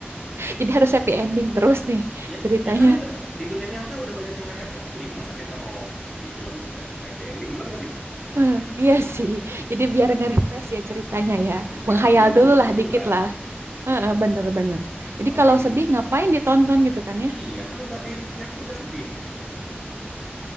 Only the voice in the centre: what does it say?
ya
ya kan udah di dunia nyata udah banyak yang nggak happy ending masa kita mau di film juga happy ending bener nggak sih
Maksud saya
kan film itu
buat
hiburan,
melarikan.
Iya kan udah di hidup nyata udah sedih.